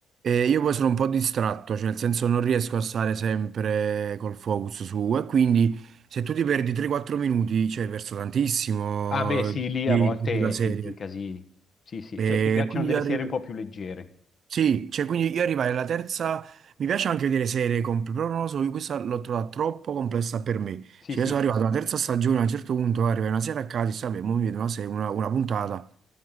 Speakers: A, on the right; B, on the left.
A: e io poi sono un po' distratto, cioè nel senso non riesco a stare sempre col focus su e quindi se tu ti perdi 3-4 minuti, cioè hai perso tantissimo
B: Ah, beh, sì, lì
A: di,
B: a volte
A: di quella serie.
B: ti, ti incasini. Sì, sì,
A: E
B: cioè ti piacciono
A: quindi
B: delle
A: arrivi.
B: serie un po' più leggere.
A: Sì, cioè quindi io arrivai alla terza, mi piace anche vedere serie complesse, però non lo so, io questa l'ho trovata troppo complessa per me.
B: Sì,
A: Cioè
B: sì,
A: io sono
B: sì,
A: arrivato
B: sì,
A: alla terza stagione, a un certo punto eh, arrivai una sera a casa e dici, vabbè, mo mi vedo una, serie- una- una puntata.